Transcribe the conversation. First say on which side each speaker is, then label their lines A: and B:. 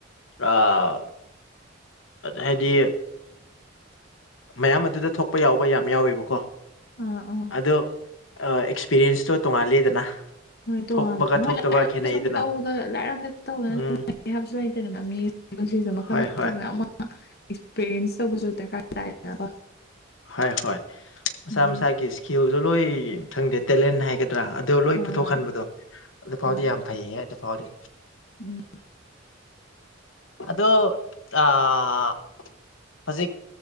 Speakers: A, on the left; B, on the left.
A: ꯑꯥ ꯍꯥꯏꯗꯤ ꯃꯌꯥꯝ ꯑꯗꯨꯗ ꯊꯣꯛꯄ ꯌꯥꯎꯕ ꯌꯥꯝ ꯌꯥꯎꯋꯦꯕꯀꯣ
B: ꯑꯥ ꯑꯥ
A: ꯑꯗꯣ ꯑꯦꯛꯁꯄꯤꯔꯤꯌꯦꯟꯁꯇꯣ ꯇꯣꯉꯥꯂꯦꯗꯅ
B: ꯍꯣꯏ ꯇꯣꯉꯥꯟꯂꯦ
A: ꯊꯣꯛꯄꯒ
B: ꯍꯣꯏ
A: ꯊꯣꯛꯇꯕ
B: ꯂꯥꯏꯔꯤꯛ
A: ꯈꯦꯠꯅꯩꯗꯅ
B: ꯁꯨꯝ ꯇꯧꯗꯅ ꯂꯥꯏꯔꯤꯛ <unintelligible> ꯇꯧꯗꯧꯅꯦ
A: ꯎꯝ
B: ꯍꯥꯏꯕꯁꯨ ꯂꯩꯇꯦꯗꯅ ꯃꯤ ꯄꯨꯟꯁꯤꯖꯤꯗꯤ ꯃꯈꯜ
A: ꯍꯣꯏ
B: ꯃꯊꯦꯜ
A: ꯍꯣꯏ
B: ꯃꯌꯥꯝ ꯑꯦꯛꯁꯄꯤꯔꯤꯌꯦꯟꯁ ꯇꯧꯕꯁꯨ ꯗꯔꯀꯥꯔ ꯇꯥꯏꯗꯅꯀꯣ
A: ꯍꯣꯏ ꯍꯣꯏ ꯃꯁꯥ
B: ꯎꯝ
A: ꯃꯁꯥꯒꯤ ꯏꯁꯀꯤꯜꯗꯣ ꯂꯣꯏ ꯈꯪꯗꯦ ꯇꯦꯂꯦꯟ ꯍꯥꯏꯒ ꯅꯠꯇ꯭ꯔꯥ ꯑꯗꯨ ꯂꯣꯏ
B: ꯍꯣꯏ
A: ꯄꯨꯊꯣꯛꯍꯟꯕꯗꯣ
B: ꯍꯣꯏ
A: ꯑꯗꯨꯐꯥꯎꯗꯤ
B: ꯍꯣꯏ
A: ꯌꯥꯝ ꯐꯩꯍꯦ ꯑꯗꯨ ꯐꯥꯎꯗꯤ
B: ꯎꯝ
A: ꯑꯗꯣ ꯑꯥ ꯍꯧꯖꯤꯛ